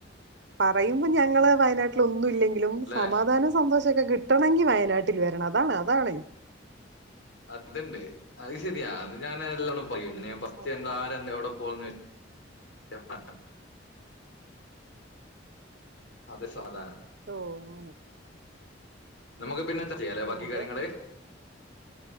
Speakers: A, on the right; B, on the left.
A: പറയുമ്പോ ഞങ്ങള് വയനാട്ടിൽ ഒന്നും ഇല്ലെങ്കിലും
B: അല്ലെ
A: സമാധാനം സന്തോഷം ഒക്കെ കിട്ടണമെങ്കി വയനാട്ടിൽ വരണം അതാണ് അതാണ്
B: അതുണ്ട് അത് ശരിയാ അത് ഞാൻ നല്ലോണം പറയും പിന്നെ ഫസ്റ്റ്
A: അതെ
B: ചെന്നാലന്നെ എവടെ പോന്ന് <unintelligible> അത് സമാധാനം
A: ഓ അങ്ങനെ
B: നമുക്ക് പിന്നെ ചെയ്യാലേ ബാക്കി
A: ആ അതെ
B: കാര്യങ്ങള്